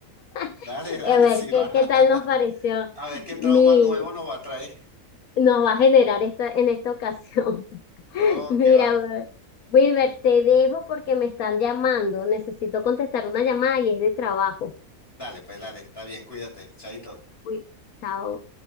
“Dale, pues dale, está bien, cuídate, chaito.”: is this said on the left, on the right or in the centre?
Left